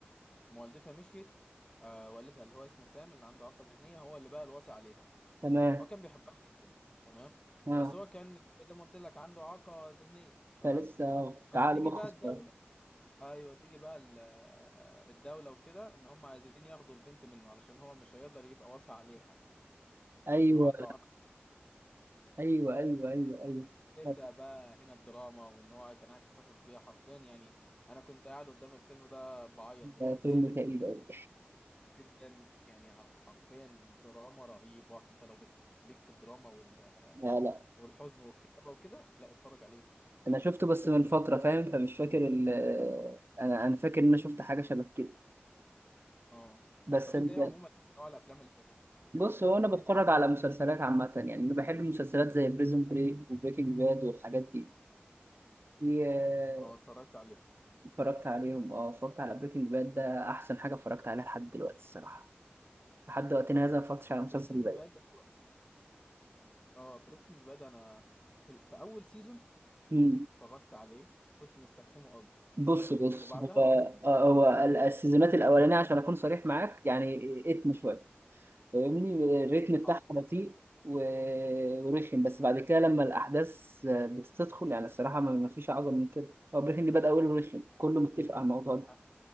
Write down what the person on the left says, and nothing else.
ما والدتها مشيت آه، والدها اللي هو اسمه سام اللي عنده إعاقة ذهنية هو اللي بقى الوصي عليها
هو كان بيحبها جدا تمام
بس هو كان زي ما قلت لك عنده إعاقة ذهنية تمام
بس
تيجي
بقى
الدولة ايوه تيجي بقى ال- آه، الدولة وكده ان هم عايزين ياخدوا البنت منه علشان هو مش هيقدر يبقى واسع عليها
عشان هو عنده عقد
تبدأ
بقى هنا الدراما وان هو كان عايز يحتفظ بيها حرفيا يعني انا كنت قاعد قدام الفيلم ده بعيط بجد
<laughs>
جدا يعني ع- حرفيا دراما رهيبة انت لو بت- ليك في الدراما وال
والحزن والكتابة وكده لا اتفرج عليه
اه
طب
انت ايه عموما نوع الافلام اللي بتحب
تتفرج
عليه
اه اتفرجت عليهم
بريكنج باد اه بريكنج باد انا في, ال- في اول سيزون يعني
اتفرجت عليه كنت مسترخمه قوي
اه
وبعدها
قمت
حضر
آه،